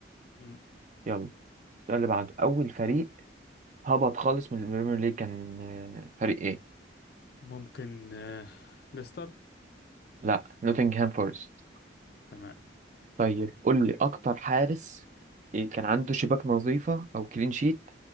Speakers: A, on the left (about 55°); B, on the right (about 40°).
A: مم،
B: يلا السؤال اللي بعده أول فريق هبط خالص من البريمير ليج كان آه، فريق إيه؟
A: ممكن آه ليستر
B: لا نوتنغهام فورست
A: تمام
B: طيب قول لي أكتر حارس إيه كان عنده شباك نظيفة أو كلين شيت